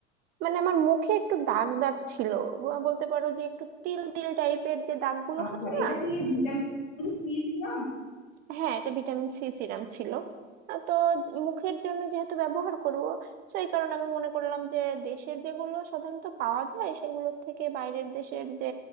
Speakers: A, on the right; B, on the left.
A: মানে আমার মুখে একটু দাগ দাগ ছিল ব- বলতে পারো যে একটু তিল তিল টাইপের যে দাগগুলো
B: আচ্ছা
A: হয় না
B: এটা কি ভিটামিন সি সিরাম
A: হ্যাঁ এটা ভিটামিন সি সিরাম ছিল আহ, তো জ- মুখের জন্য যেহেতু ব্যবহার করব তো এই কারণে আমি মনে করলাম যে দেশের যেগুলো সাধারণত পাওয়া যায় সেগুলোর থেকে বাইরের দেশের যে